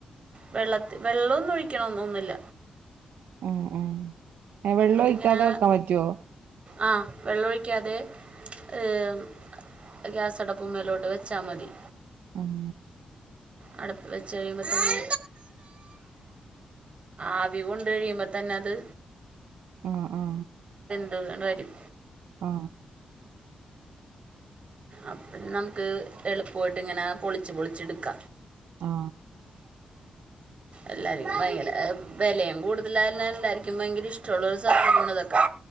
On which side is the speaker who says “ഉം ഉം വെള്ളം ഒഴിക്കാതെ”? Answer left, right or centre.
Right